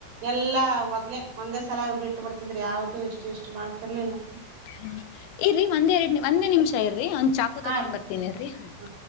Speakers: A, on the right; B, on the left.
A: ಎಲ್ಲಾ ಮೊದ್ಲೆ ಒಂದೆ ಸಲಾ ಬಿಟ್ಟು ಬಿಡ್ತಿದ್ರಿ ಯಾವ್ದದು ಎಷ್ಟು ಎಷ್ಟು ಮಾಡ್ತಿರ್ಲಿಲ್ಲ
B: ಹ ಇರರಿೀ ಒಂದ್ ಎರಡ್ ನಿ ಒಂದೇ ನಿಮಿಷ ಇರ್ರಿ ಚಾಕು
A: ಹಾ
B: ತಗೊಂಡ್
A: ರೀ
B: ಬರ್ತೀನಿ ಅಲ್ರಿ ಹ
A: ಹಾ.